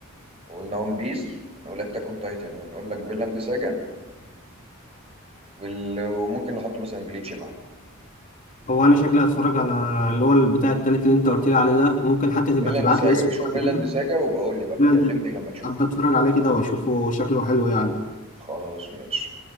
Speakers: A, on the right (about 30°); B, on the left (about 40°).
A: وقلنا ون بيس ونقول اتاك اون تايتن وهنقول لك فيلاند ساجا وال- وممكن نحط مثلا بليتش معاه
B: هو انا شكلي هتفرج على اللي هو بتاع التالت اللي انت قلت لي عليه ده ممكن حتى تبقى
A: فيلاند
B: تبعت
A: ساجا
B: لي اسمه
A: شوف فيلاند
B: <laughs>
A: ساجا وبقول لي بقى
B: أنا
A: كلمني لما تشوفه
B: ابقى اتفرج عليه كده واشوفه شكله حلو يعني
A: خلاص ماشي